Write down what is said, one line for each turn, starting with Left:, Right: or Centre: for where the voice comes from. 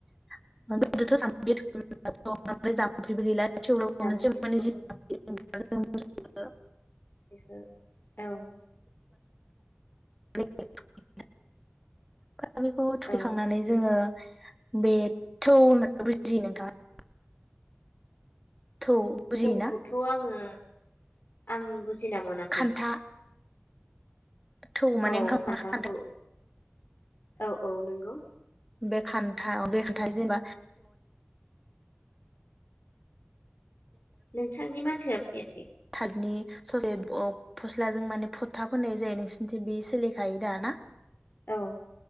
Centre: <unintelligible>
Left: जाम्फैयाव औ
Centre: <unintelligible> आरो म <inaudible>
Left: <unintelligible> बेखौ औ
Centre: <unintelligible> दा बेखौ थुखैखांनानै
Left: औ
Centre: जोंङो बेथौ होननानै बुजि नोंथाङा थौ बुजियोना?
Left: सौखौथ आंङो आं बुजिना मोनाखै
Centre: खान्था थौ माने
Left: औ
Centre: ओंखाम
Left: खान्थाखौ
Centre: खान्था
Left: औ औ नंगौ
Centre: बे खान्था बे खान्थाय जेनेबा
Left: नोंथांनि माथोआ फैयाखै
Centre: ससे फस्लाजों माने फथा फनाय जायो नोंसिोरनिथिं बे सोलिखायो द ना
Left: औ